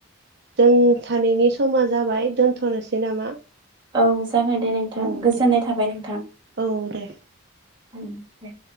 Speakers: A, on the right; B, on the right.
A: दोंथानैनि समा जाबाय दोनथ'नोसै नामा?
B: औ जागोन दे नोंथां
A: औ
B: गोजोननाय
A: दे
B: थाबाय नोंथां
A: औ दे
B: । दे ।